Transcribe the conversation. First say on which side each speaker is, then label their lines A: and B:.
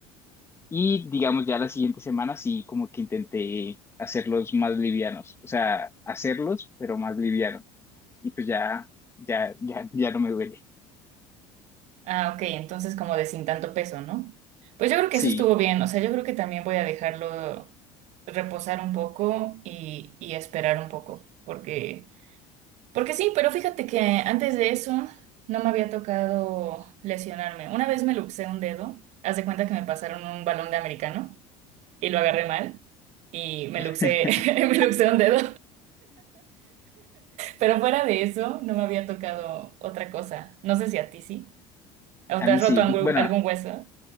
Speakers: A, on the left; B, on the right.
A: Y digamos ya la siguiente semana sí como que intenté hacerlos más livianos. O sea, hacerlos, pero más livianos. Y pues ya, ya, ya, ya no me duele.
B: Ah, ok, entonces como de sin tanto peso, ¿no? Pues yo creo que
A: Sí.
B: eso estuvo bien. O sea, yo creo que también voy a dejarlo reposar un poco y, y esperar un poco, porque... Porque sí, pero fíjate que antes de eso no me había tocado lesionarme. Una vez me luxé un dedo, haz de cuenta que me pasaron un balón de americano y lo agarré mal y me
A: <laughs>
B: luxé, <laughs> me luxé un dedo. Pero fuera de eso no me había tocado otra cosa. No sé si a ti sí. ¿O
A: A
B: te
A: mí
B: has
A: sí,
B: roto algún
A: di- bueno,
B: algún hueso?